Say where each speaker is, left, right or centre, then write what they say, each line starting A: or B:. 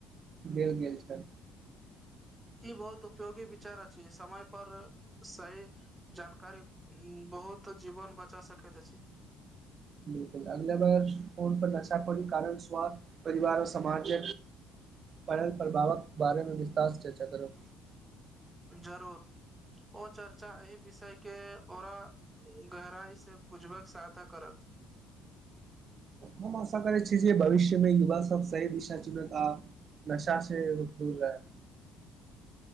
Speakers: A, on the right; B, on the right.
A: देल गेल छय
B: ई बहुत उपयोगी विचार अछि समय पर सही जानकारी बहुत जीवन बचा सकैत अछि
A: बिलकुल अगल बार फोन पर नशा पनी कारण स्वास्थ्य परिवार समाज पढ़ल प्रभावक बारेमे विस्तारस चर्चा करब
B: जरूर ओ चर्चा एहि विषय के ओरा गहराइ से बुझबैक सहायता करत
A: हम आशा करैत छी जे भविष्य में युवा सभ सही दिशा चुनत आ नशा से दूर रहै